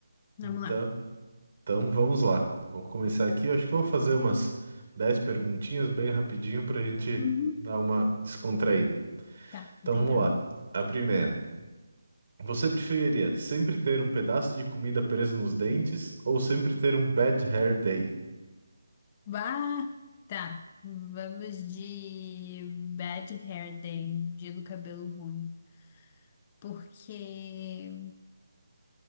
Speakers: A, on the left (about 25°); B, on the right (about 55°).
A: Vamos
B: Então,
A: lá.
B: então vamos lá. Vou começar aqui. Eu Acho que eu vou fazer umas 10 perguntinhas bem rapidinho para a gente
A: Uhum,
B: dar uma descontraída.
A: tá,
B: Então
A: não tem
B: vamos
A: problema.
B: lá. A primeira. Você preferiria sempre ter um pedaço de comida preso nos dentes ou sempre ter um bad hair day?
A: Bah, tá. Vamos de Bad Hair Day, dia do cabelo ruim. Porque,